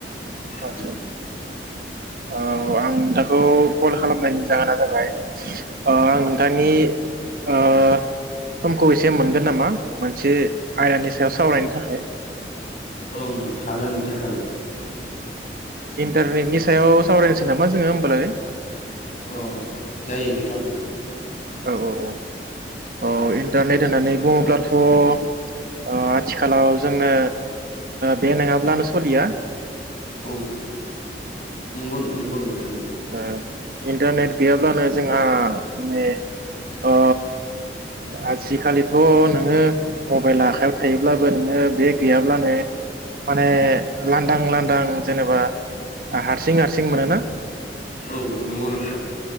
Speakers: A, on the right; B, on the left.
A: आतसा
B: ओं नोंथां
A: ओ आं। खौ कल खालामनायनि जाहोना जाबाय‌। आं नोंथांनि। ओ समखौ एसे मोनगोन नामा मोनसे आयदानि सायाव सावरायनो थाखाय।
B: ओं हागोन नोंथां हागोन।
A: इन्टारनेटनि सायाव सावरायनोसै नामा जोङो होमबालाय।
B: अ जायो नोंथां।
A: औ औ औ। अ
B: ओं
A: इन्टारनेट होननानै बुङोब्लाथ' ओ आथिखालाव जोंनो बे नङाब्लानो सोलिया
B: औ नंगौ-नंगौ नोंथां नंगौ।
A: ओ, इन्टारनेट गैयाब्लानो जोंहा माने ओ आजिखालिथ' नोङो मबाइल आखायाव थायोब्लाबो नोङो बे गैयाब्लानो माने लांदां लांदां जेनेबा हारसिं हारसिं मोनोना
B: औ नंगौ नोंथां।